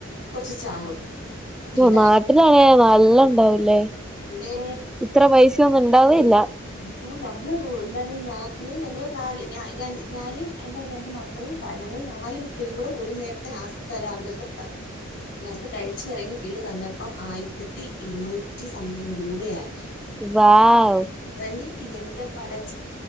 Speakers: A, on the left (about 65°); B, in the centre.
A: കൊറച്ച് ചാറും
B: ഓഹ്
A: ഇതാ
B: നാട്ടിലാണേ നല്ല ഇണ്ടാവുലേ
A: ഏ
B: ഇത്ര പൈസൊന്നും ഇണ്ടാവേല്ല
A: അയ്യോ നമ്മള് എന്താണ് ഞാന് ഞങ്ങള് നാല് ഞാന് എന്റെ രണ്ട് മക്ക ക്കളും ഞങ്ങൾ നാല് പേരും കൂടെ ഒരു നേരത്തെ നാസ്ഥ രാവിലത്തെ നാസ്ത കഴിച്ച് ഇറങ്ങി ബില്ല് തന്നപ്പം ആയിരത്തി ഇരുന്നൂറ്റി സംതിങ്ങ് രൂപയായി <inaudible>
B: വാവു
A: പറഞ്ഞയ്യ് എന്റെ പടച്ചോ